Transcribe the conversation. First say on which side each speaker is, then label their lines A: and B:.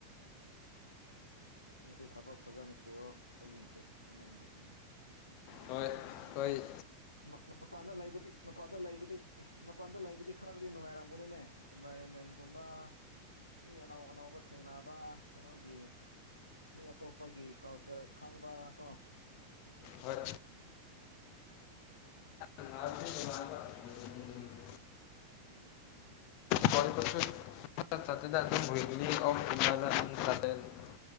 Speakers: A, on the left (about 85°); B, on the left (about 45°).
A: ꯅꯣꯏꯁꯨ ꯊꯕꯛ ꯐꯖꯅ ꯁꯨꯔꯣ ꯑꯗꯨꯒꯤ <unintelligible> ꯅꯣꯅꯤ ꯎꯝ꯫
B: ꯍꯣꯏ ꯍꯣꯏ꯫
A: ꯃ ꯃꯄꯥꯟꯗ ꯂꯩꯕꯗꯤ ꯃꯄꯥꯟꯗ ꯂꯩꯕꯗꯤ ꯃꯄꯥꯟꯗ ꯂꯩꯕꯗꯤ ꯈꯔꯛꯗꯤ ꯅꯨꯡꯉꯥꯏꯔꯝꯒꯅꯤꯅꯦ ꯏꯟꯚꯥꯏꯔꯃꯦꯟꯒꯨꯝꯕ ꯃꯤ ꯑꯅꯧ ꯑꯅꯧꯕ ꯊꯦꯡꯅꯕ ꯀꯩꯅꯣꯒꯤ ꯃꯤ ꯑꯇꯣꯞꯄꯒꯤ ꯀꯜꯆꯔ ꯈꯪꯕꯀꯣ꯫
B: ꯍꯣꯏ꯫
A: ꯎꯝ꯫
B: ꯅꯨꯡꯉꯥꯏꯕꯗꯤ ꯅꯨꯡꯉꯥꯏꯏꯕ <unintelligible>
A: ꯎꯝ꯫
B: ꯀꯣꯏꯕꯁꯨ ꯆꯠꯇꯦꯗ ꯑꯗꯨꯝ ꯂꯣꯏꯕꯅꯤ <unintelligible>